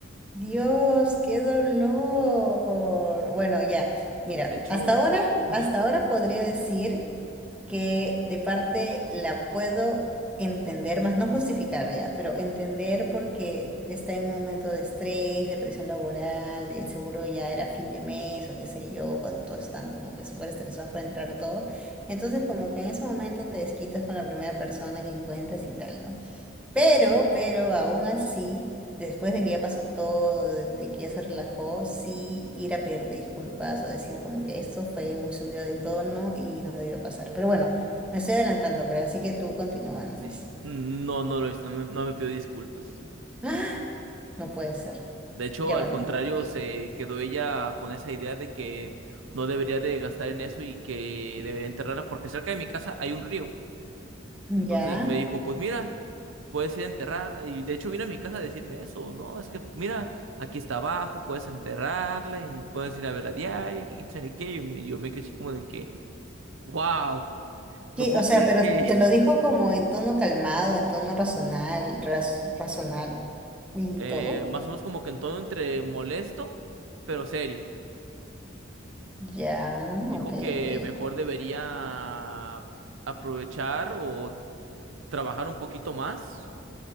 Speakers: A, in the centre; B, on the right (about 75°).
A: Dios, qué dolor. Bueno, ya. Mira,
B: de hecho,
A: hasta ahora,
B: ujú,
A: hasta ahora podría decir que de parte la puedo entender, más no justificar ya, pero entender porque está en un momento de estrés, de presión laboral, de seguro ya era fin de mes o qué sé yo, cuando todos están como que súper estresados para entrar todo. Entonces como que en ese momento te desquitas con la primera persona que encuentras y tal, ¿no? Pero, pero aún así, después de que ya pasó todo, de de que ya se relajó, sí ir a pedirte disculpas o decir como que esto fue muy subido de tono y no debió pasar. Pero bueno, me estoy adelantando, creo, así que tú continúa nomás.
B: sí, No, no lo hizo, no me, no me pidió disculpas.
A: ¡Ah! No puede ser.
B: De hecho,
A: Ya
B: al
A: bueno.
B: contrario,
A: Sí.
B: se quedó ella con esa idea de que no debería de gastar en eso y que debería enterrarla porque cerca de mi casa hay un río. Entonces
A: Ya.
B: me dijo, pues mira, puedes ir a enterrar. Y de hecho vino a mi casa a decirme eso, ¿no? Es que mira, aquí está abajo, puedes enterrarla y puedes ir a verla a diario y quién sabe qué. Yo me, yo me quedé así como de que, wow, no
A: Sí,
B: puedo
A: o sea,
B: creer
A: pero
B: que,
A: te lo dijo como en tono calmado, en tono razonal, raz- razonal y
B: Eh,
A: todo.
B: más o menos como que en todo entre molesto, pero serio.
A: Ya,
B: Dijo
A: ok,
B: que
A: ok.
B: mejor debería aprovechar o trabajar un poquito más